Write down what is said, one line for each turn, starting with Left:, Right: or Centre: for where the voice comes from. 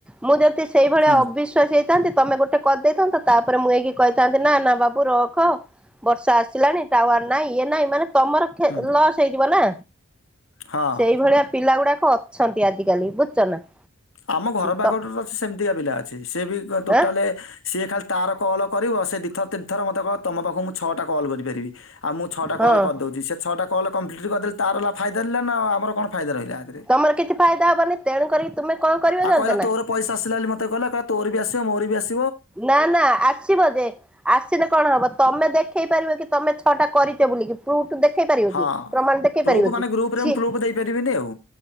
Centre: ମୁଁ ଯଦି ସେଇଭଳିଆ
Left: ହୁଁ
Centre: ଅବିଶ୍ୱାସୀ ହେଇଥାନ୍ତି। ତମେ ଗୋଟେ କରିଦେଇଥାନ୍ତ। ତାପରେ ମୁଁ ଏଇକି କହିଥାନ୍ତି ନା ନା ବାବୁ ରଖ। ବର୍ଷା ଆସିଲାଣି। ଟାୱାର ନାଇଁ ଇଏ ନାଇଁ ମାନେ ତମର ଖେ
Left: ହୁଁ
Centre: ଲସ୍ ହେଇଯିବ ନା।
Left: ହଁ।
Centre: ସେଇଭଳିଆ ପିଲା ଗୁଡାକ ଅଛନ୍ତି ଆଜିକାଲି ବୁଝୁଚ ନା?
Left: ଆମ ଘର ପାଖ
Centre: ତ
Left: <unintelligible> ସେମତିକା ପିଲା ଅଛି। ସେ ବି ଗ ଟୋଟାଲେ
Centre: ଆଁ
Left: ସେ ଖାଲି ତାର କଲ୍ କରିବ। ସେ ଦି ଥର ତିନି ଥର ମତେ କହିବ ତମ ପାଖକୁ ମୁଁ ଛଅଟା କଲ କରି ପାରିବି। ଆଉ ମୁଁ ଛଅଟା
Centre: ହଁ
Left: କଲ କରିଦଉଚି। ସେ ଛଅଟା କଲ କମ୍ପ୍ଲିଟ କରିଦେଲେ ତାର ଲା ଫାଇଦା ରହିଲା ନା ଆମର କଣ ଫାଇଦା ରହିଲା। ଏଥିରେ।
Centre: ତମର କିଛି ଫାଇଦା ହବନି ତେଣୁ କରିକି ତୁମେ କଣ କରିବ
Left: ଆଉ
Centre: ଜାଣିଛ
Left: କହିଲା
Centre: ନା
Left: ତୋର ପଇସା ଆସିଲା ବୋଲି ମତେ କହିଲା ତୋର ବି ଆସିବ ମୋ ବି ଆସିବ
Centre: ନା ନା ଆସିବ ଯେ ଆସିଲେ କଣ ହବ ତମେ ଦେଖେଇ ପାରିବ କି ତମେ ଛଅଟା କରିଛ ବୋଲିକି ଦେଖେଇ ପାରିବ
Left: ହଁ।
Centre: କି ପ୍ରମାଣ ଦେଖେଇ
Left: ପ୍ରୁଫ୍
Centre: ପାରିବ
Left: ମାନେ
Centre: କି
Left: ଗ୍ରୁପରେ
Centre: ସିଏ
Left: ମୁଁ ପ୍ରୁଫ୍ ଦେଇପାରିବିନି ଆଉ